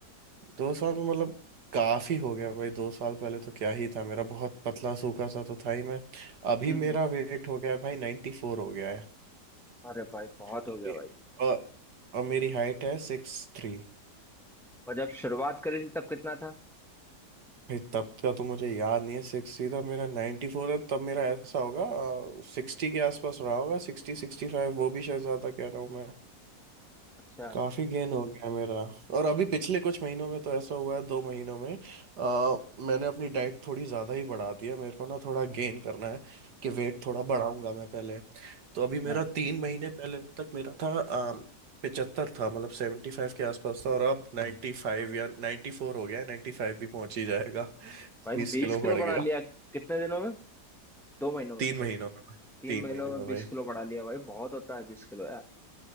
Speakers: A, on the right; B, in the centre.
A: दो साल में मतलब काफी हो गया भाई दो साल पहले तो क्या ही था मेरा बहुत पतला सूखा सा तो था ही मैं अभी
B: हम्म
A: मेरा
B: हम्म,
A: वेट हो गया है भाई नाइन्टी फोर हो गया है
B: अरे भाई बहुत हो
A: अभी
B: गया भाई
A: और, और मेरी हाइट है सिक्स थ्री
B: और जब शुरुआत करी थी तब कितना था
A: भाई तब का तो मुझे याद नहीं है सिक्स थ्री था मेरा नाइन्टी फोर है तब मेरा ऐसा होगा सिक्सटी के आसपास रहा होगा सिक्सटी सिक्सटी फाइव वो भी शायद ज्यादा कह रहा हूँ मैं
B: अच्छा
A: काफी गेन हो गया मेरा और अभी पिछले कुछ महीनों में तो ऐसा हुआ है दो महीनों में आ, मैंने अपनी डाइट थोड़ी ज्यादा ही बढ़ा दी है मेरे को ना थोड़ा गेन करना है कि वेट थोड़ा बढ़ाऊंगा मैं पहले तो अभी
B: हाँ
A: मेरा तीन महीने पहले तक मेरा था आ, 75 था मतलब 75 के आसपास था और अब 95 या 94 हो गया है 95 भी पहुंच ही जाएगा
B: भाई
A: 20
B: बीस
A: किलो
B: किलो
A: बढ़
B: बढ़ा
A: गया
B: लिया कितने दिनों में दो महीनों में
A: तीन महीनों में
B: तीन
A: तीन
B: महीनों
A: महीनों
B: में
A: में
B: बीस
A: भाई
B: किलो बढ़ा लिया भाई बहुत होता है बीस किलो यार